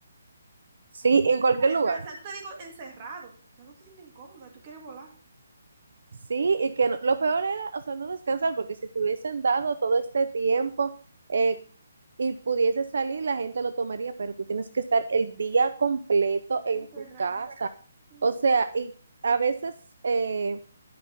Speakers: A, on the right; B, on the right.
A: sí, en cualquier
B: Para descansar,
A: lugar.
B: yo te digo encerrado. Ya no te sientes incómoda, tú quieres volar.
A: Sí, y que no- lo peor era, o sea, no descansar, porque si te hubiesen dado todo este tiempo eh, y pudiese salir, la gente lo tomaría, pero tú tienes que estar el día completo en
B: Encerrado.
A: tu casa.
B: Ujú.
A: O sea, y a veces... eh,